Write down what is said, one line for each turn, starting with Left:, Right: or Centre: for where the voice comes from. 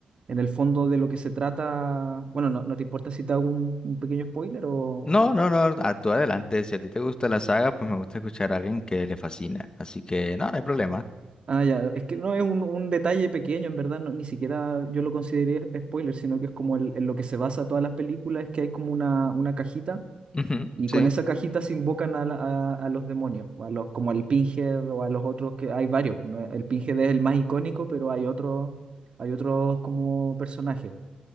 Right: en el fondo de lo que se trata, bueno, no, no te importa si te hago un, un pequeño spoiler o...
Left: No, no, no, a tú adelante. Si a ti te gusta la saga, pues me gusta escuchar a alguien que le fascina. Así que no, no hay problema.
Right: Ah, ya, es que no es un, un detalle pequeño, en verdad, no- ni siquiera yo lo consideré spoiler, sino que es como el- en lo que se basa todas las películas, es que hay como una, una cajita
Left: Ujú,
Right: y
Left: Sí,
Right: con esa cajita se invocan a, la- a- a los demonios, o a los, como al Pinhead o a los otros, que hay varios, ¿no? El Pinhead es el más icónico, pero hay otros, hay otros como personajes.